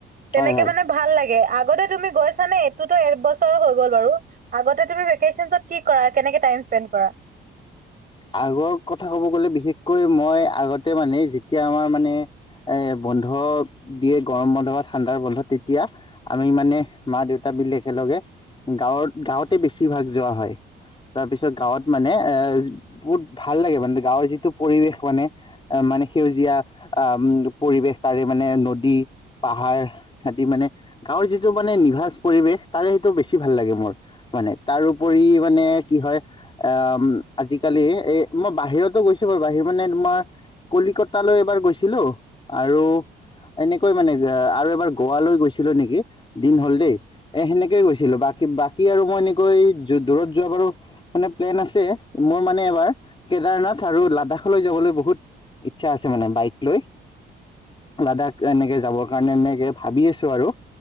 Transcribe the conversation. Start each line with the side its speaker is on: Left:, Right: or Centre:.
Right: তেনেকে
Left: হয় হয়
Right: মানে ভাল লাগে আগতে তুমি গৈছানে এইটোতো এবছৰ হৈ গ'ল বাৰু আগতে তুমি ভেকেশচনতচত কি কৰা কেনেকে টাইম স্পেণ্ড কৰা
Left: আগৰ কথা ক'ব গ'লে বিশেষকৈ মই আগতে মানে যেতিয়া আমাৰ মানে এই বন্ধ দিয়ে গৰম বন্ধ বা ঠাণ্ডাৰ বন্ধ তেতিয়া আমি মানে মা দেউতা মিলি একেলগে গাঁৱত গাঁৱতে বেছিভাগ যোৱা হয় তাৰ পিছত গাঁৱত মানে এ বহুত ভাল লাগে মানে গাঁৱৰ যিটো পৰিৱেশ মানে মানে সেউজীয়া আহ পৰিৱেশ তাৰে মানে নদী পাহাৰ আদি মানে গাঁৱৰ যিটো মানে নিভাঁজ পৰিৱেশ তাৰে সেইটো বেছি ভাল লাগে মোৰ মানে তাৰোপৰি মানে কি হয় আহ আজি কালি এ মই বাহিৰতো গৈছো বাৰু বাহিৰত মানে তোমাৰ কলিকতালৈ এবাৰ গৈছিলোঁ আৰু এনেকৈ মানে আৰু এবাৰ গোৱালৈ গৈছিলোঁ নেকি দিন হ'ল দেই এ সেনেকেই গৈছিলো বাকী বাকী আৰু মই এনেকৈ দূৰত যোৱা বাৰু মানে প্লেন আছে মোৰ মানে এবাৰ কেদাৰনাথ আৰু লাডাখলৈ যাবলৈ বহুত ইচ্ছা আছে মানে বাইক লৈ লাডখ এনেকে যাবৰ কাৰণে এনেকে ভাবি আছো আৰু